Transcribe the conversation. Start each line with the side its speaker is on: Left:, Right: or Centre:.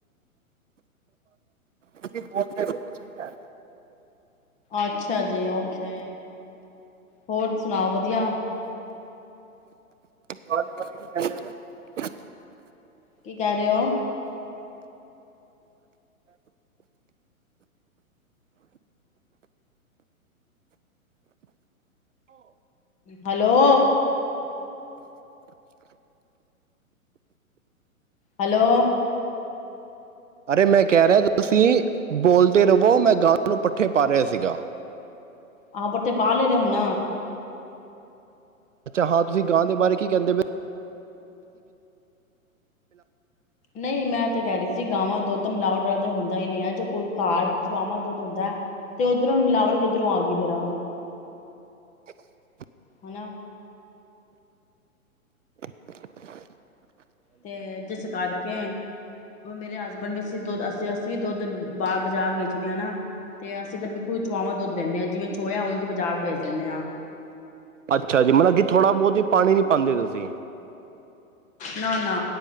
Right: ਤੁਸੀਂ ਬੋ ਰੋ ਠੀਕ ਹੈ
Left: ਅੱਛਾ ਜੀ ਓਖੇ ਹੋਰ ਸੁਣਾ ਵਧੀਆ
Right: ਪ ਕੀ ਕਹਦੇ
Left: ਕੀ ਕਹਿ ਰਹੇ ਹੋ ਹੈਲੋ ਹੈਲੋ
Right: ਅਰੇ ਮੈਂ ਕਹਿ ਰਿਹਾ ਤੁਸੀਂ ਬੋਲਦੇ ਰਵੋ ਮੈਂ ਗਾ ਨੂੰ ਪੱਠੇ ਪਾ ਰਿਹਾ ਸੀਗਾ
Left: ਆਹੋ ਬੱਠੇ ਪਾ ਲੈਣੇ ਹੁਣ?
Right: ਅੱਛਾ ਹਾਂ ਤੁਸੀਂ ਗਾਂ ਦੇ ਬਾਰੇ ਕੀ ਕਹਿੰਦੇ ਪਏ
Left: ਨਹੀਂ ਮੈਂ ਤਾਂ ਕਹਿ ਰਹੀ ਸੀ ਗਾਵਾਂ ਦੁੱਧ ਤਾਂ ਮਿਲਾਵਟ ਵਾਲਾ ਤਾਂ ਹੁੰਦਾ ਹੀ ਨਹੀਂ ਹੈ ਜ ਕੋਈ ਘਰ ਗਾਹਵਾਂ ਦੁੱਧ ਹੁੰਦਾ ਹੈ ਤੇ ਉੱਧਰੋਂ ਹੀ ਮਿਲਾਵਟ ਕਿੱਧਰੋਂ ਆ ਗਈ ਫਿਰ ਆ
Right: <inaudible>
Left: ਹਨਾ
Right: <inaudible>
Left: ਤੇ ਜਿਸ ਕਰਕੇ ਹ ਮੇਰੇ ਹਸਬੈਂਡ ਵੀ ਅਸੀਂ ਦੁੱਧ ਅਸੀਂ ਅਸੀਂ ਵੀ ਦੁੱਧ ਬਾਹ ਬਾਜ਼ਾਰ ਵੇਚਣੇ ਹਾਂ ਨਾ ਤੇ ਅਸੀਂ ਤਾਂ ਬਿਲਕੁਲ ਚੋਆਵਾਂ ਦੁੱਧ ਦਿੰਦੇ ਹਾਂ ਜਿਵੇਂ ਚੋਹ ਹੋ ਜ ਬਾਜ਼ਾਰ ਭੇਜ ਦਿੰਦੇ ਹਾਂ
Right: ਅੱਛਾ ਜੀ ਮਤਲਬ ਕਿ ਥੋੜਾ ਬਹੁਤ ਹੀ ਪਾਣੀ ਨੀ ਪਾਉਂਦੇ ਤੁਸੀਂ
Left: ਨਾ ਨਾ